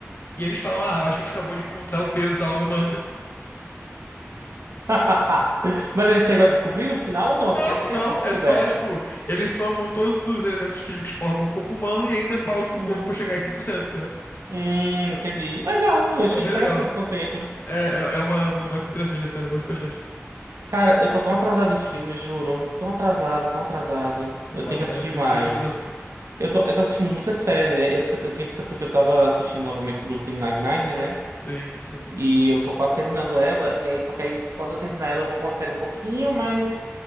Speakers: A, on the left; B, on the right.
A: E eles falam: "Ah, acho que a gente acabou de encontrar o peso da alma humana". <laughs>
B: <laughs> Mas ele chegou a descobrir no final ou não?
A: Não,
B: Porque assim,
A: não,
B: essa descoberta.
A: é só tipo, eles somam todos os elementos químicos que formam o corpo humano e ainda falta
B: Uhum.
A: um pouco pra chegar em 100%, entendeu?
B: Hum, entendi. Legal, eu achei
A: É bem
B: interessante
A: legal.
B: o conceito.
A: É, é, é uma- um momento interessante da série, eu gosto bastante.
B: Cara, eu tô tão atrasado em filmes, juro. Tão atrasado, tão atrasado.
A: Não
B: Eu
A: pode,
B: tenho que
A: cara,
B: assistir
A: filme
B: mais.
A: tem muita coisa boa.
B: Eu tô, eu tô assistindo muita série, né? Eu, eu tinha dito a tu que eu tava assistindo novamente Brooklyn Nine-Nine, né?
A: Sim, sim.
B: E eu tô quase terminando ela. E aí, só que aí, quando eu terminar ela, eu vou pra uma série um pouquinho mais...